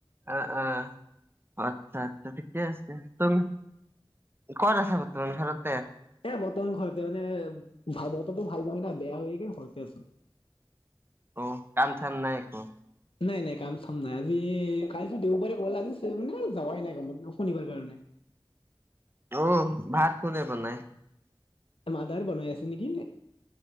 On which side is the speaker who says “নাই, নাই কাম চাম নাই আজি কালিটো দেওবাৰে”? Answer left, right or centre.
Left